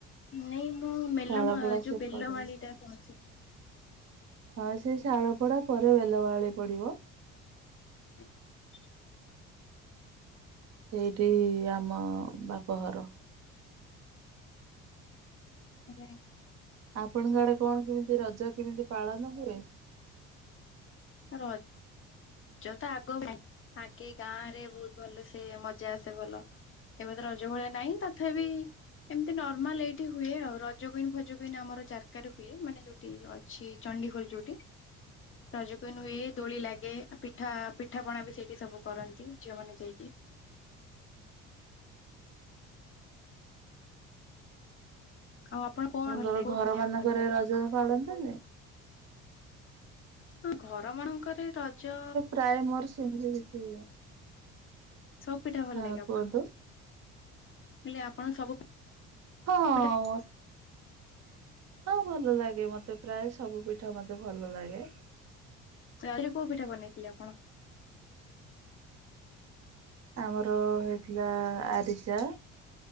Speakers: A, on the left; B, on the right.
A: ନାଇଁ ମୁଁ ମେଲ
B: ଶାଳପଡା
A: ଯୋଉ
B: ସେପଟେ
A: ବେଲମାଳି ଟା କହୁଥିଲି।
B: ହଁ, ସେ ଶାଳପଡା ପରେ ବେଲବାହାଳି ପଡିବ।
A: <inaudible>
B: ସେଇଠି ଆମ ବାପଘର।
A: ମୁଁ ଜାଣେ।
B: ଆପଣଙ୍କ ଆଡେ କଣ କେମିତି ରଜ କେମିତି ପାଳନ ହୁଏ?
A: ର ରଜ ତ ଆଗ ନାଇଁ ଆଗେ ଗାଁ ରେ ବହୁତ ଭଲସେ ମଜା ଆସେ ଭଲ। ଏବେ ତ ରଜ ଭଳିଆ ନାଇଁ ତଥାପି ଏମିତି ନର୍ମାଲ ଏଇଠି ହୁଏ ଆଉ ରଜ କୁଇନ୍ ଫଜ କୁଇନ୍ ଆମର ଜାରକାରେ ହୁଏ ମାନେ ଯୋଉଠି ଅ ଅଛି ଚଣ୍ଡିଖୋଲ ଯୋଉଠି ରଜ କୁଇନ୍ ହୁଏ ଦୋଳି ଲା ଗେ ଆଉ ପିଠା ପିଠା ପିଠା ପଣା ବି ସେଇଠି ସବୁ କରନ୍ତି ଝିଅ ମାନେ ଯାଇକି। ଆଉ ଆପଣ କଣ
B: ଆପଣଙ୍କର
A: ଭଲ ଲାଗେ କୋଉ
B: ଘର
A: ଖାଇବାକୁ
B: ମାନଙ୍କରେ
A: ଭଲ ଲାଗେ?
B: ରଜ ପାଳନ୍ତିନି?
A: ହଁ ଘର ମାନଙ୍କରେ ରଜ
B: ପ୍ରାୟେ ମୋର ସେମିତି କିଛି
A: ସବୁ ପିଠା ଭଲ
B: ହଁ
A: ଲାଗେ ଆପଣଙ୍କୁ
B: କୁହନ୍ତୁ
A: କହିଲି ଆପଣ ସବୁ
B: ହଁ।
A: ପିଠା
B: ହଁ ଭଲ ଲାଗେ ମତେ ପ୍ରାୟେ ସବୁ ପିଠା ମତେ ଭଲ ଲାଗେ।
A: ରଜ ରେ କୋଉ ପିଠା ବନେଇଥିଲେ ଆପଣ?
B: ଆମର ହେଇଥିଲା ଆରିସା।